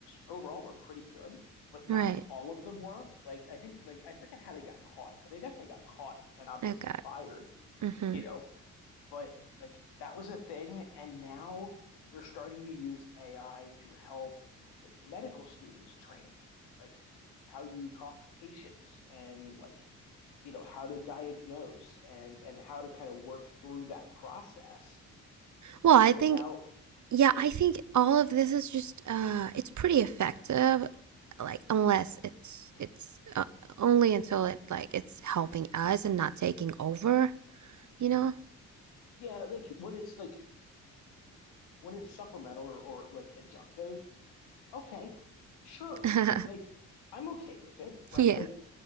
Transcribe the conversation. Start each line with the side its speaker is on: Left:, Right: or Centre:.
Left: overall were pretty good, but not
Right: Right.
Left: all of them were. Like I think, like I forget how they got caught, but they definitely got caught and obviously
Right: Okay.
Left: fired,
Right: Mm-hmm.
Left: you know. But like that was a thing, and now they're starting to use AI to help like medical students train, like how you talk to patients and like you know how to diagnose and and how to kind of work through that process
Right: Well, I
Left: without
Right: think Yeah,
Left: like
Right: I think all of this is just uh it's pretty effective like unless it's it's uh, only until it like it's helping us and not taking over, you know?
Left: yeah like when it's like when it's supplemental or, or like adjunctive okay sure
Right: <laughs>
Left: like i'm okay with it right
Right: Yeah,
Left: like